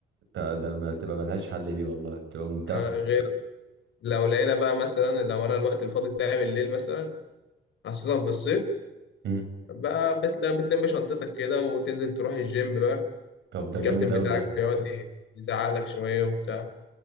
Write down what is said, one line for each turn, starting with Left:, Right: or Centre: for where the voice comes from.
Right: ده, ده ما تبقى ملهاش حل دي والله بتبقى ممتعه
Left: آه، غير لو لقينا بقى مثلا لو انا الوقت الفاضي بتاعي بالليل مثلا خاصه في الصيف
Right: مم.
Left: بقى بتل... بتلم شنطتك كده وتنزل تروح الجيم بقى
Right: طب ده
Left: الكابتن
Right: جامد قوي
Left: بتاعك
Right: ده
Left: بيقعد يزعقلك شوية وبتاع